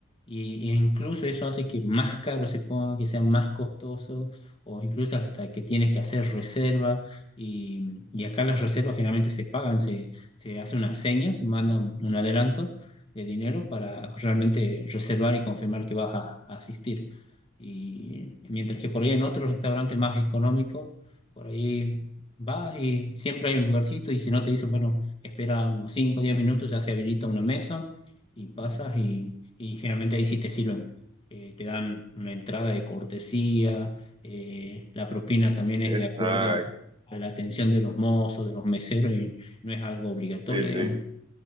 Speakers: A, on the left; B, on the right.
A: y- e incluso eso hace que más caro se ponga, que sea más costoso, o incluso hasta que tienes que hacer reserva. Y, y acá las reservas generalmente se pagan, se, se hace una seña, se manda un adelanto de dinero para realmente reservar y confirmar que vas a a asistir. Y mientras que por ahí en otro restaurante más económico por ahí vas y siempre hay un lugarcito y si no te dicen, bueno, espera unos 5 o 10 minutos, ya se habilita una mesa y pasas y, y generalmente ahí sí te sirven. Eh, te dan una entrada de cortesía, eh, la propina también es
B: Exacto.
A: de acuerdo a, a la atención de los mozos, de los meseros y no es algo obligatorio,
B: Sí, sí.
A: digamos.